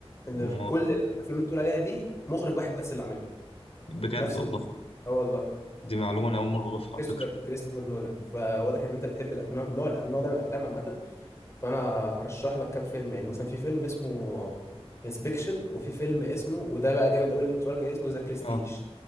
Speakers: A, on the left; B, on the left.
A: ان
B: ما
A: كل الافلام اللي بتقول عليها دي مخرج واحد بس اللي عاملها
B: بجد
A: نفس
B: والله
A: الم... اه والله
B: دي معلومه انا اول مره اعرفها على
A: كريستوفر
B: فكره
A: كريستوفر نولان فواضح ان انت بتحب الافلام النوع النوع ده من الافلام عامة فانا هرشح لك كام فيلم يعني مثلا في فيلم اسمه انسبكشن وفي فيلم اسمه وده بقى جامد قوي لازم تتفرج عليه اسمه ذا برستيج
B: اه